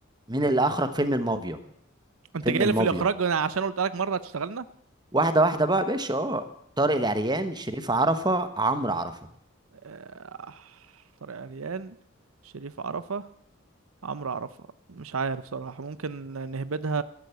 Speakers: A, on the right; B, on the right.
A: مين اللي اخرج فيلم المافيا
B: انت
A: فيلم
B: جاي
A: المافيا
B: لي في الاخراج انا عشان قلت لك مره هتشتغلنا
A: واحده واحده بقى يا باشا اه طارق العريان شريف عرفة عمرو عرفة
B: آه، طارق عريان شريف عرفه عمرو عرفه مش عارف صراحه ممكن نهبدها